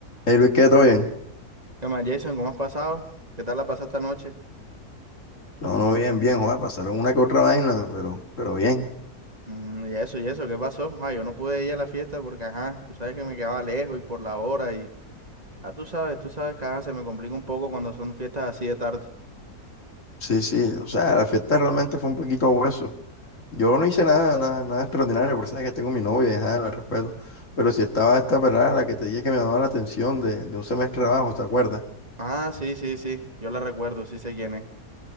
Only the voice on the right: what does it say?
¿Qué más, Jason? ¿Cómo has pasado? ¿Qué tal la pasaste anoche?
Mm, y eso, y eso, ¿qué pasó? Ah, yo no pude ir a la fiesta porque, ajá, tú sabes que me quedaba lejos y por la hora y... Ah, tú sabes, tú sabes que, ajá, se me complica un poco cuando son fiestas así de tarde.
Ah, sí, sí, sí, yo la recuerdo, sí sé quién es.